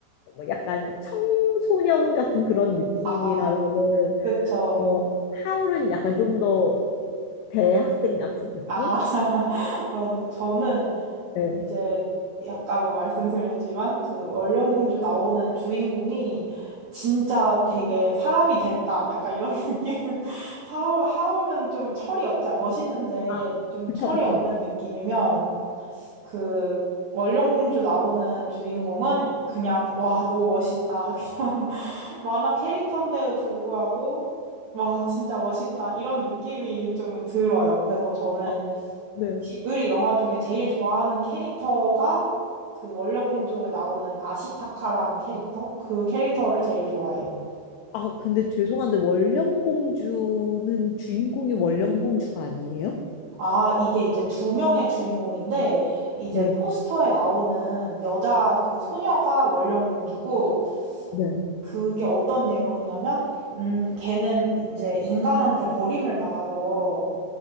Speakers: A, on the left (about 90°); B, on the right (about 70°).
A: 뭐 약간 청소년 같은 그런 느낌이라면은
B: 아, 그쵸.
A: 어, 하울은 약간 좀 더 대학생 같은 느낌?
B: 아, <laughs> 맞아요. 저는
A: 네.
B: 이제 아까 뭐 말씀드렸지만 그 얼령공주 나오는 주인공이 진짜 되게 사람이 됐다. 약간 이런 <laughs> 느낌. 하울 하울은 좀 철이 없자. 멋있는데
A: 아,
B: 좀
A: 그쵸,
B: 철이
A: 그쵸.
B: 없는 느낌이면 그 얼령공주 나오는 주인공은 그냥 와, 너무 멋있다. 그냥 <laughs> 만화 캐릭터인데도 불구하고 와, 진짜 멋있다. 이런 느낌이 좀 들어요. 그래서 저는
A: 어, 네.
B: 지브리 영화 중에 제일 좋아하는 캐릭터가 그 원령공주에 나오는 아시타카라는 캐릭터? 그 캐릭터를 제일 좋아해요.
A: 아, 근데 죄송한데 원령공주는 주인공이 원령공주가 아니에요?
B: 아, 이게 이제 두 명의 주인공인데, 이제
A: 네,
B: 포스터에 나오는 여자 그 소녀가 원령공주고,
A: 네.
B: 그게 어떤 내용이냐면, 음, 걔는 이제 인간한테 버림을 받아서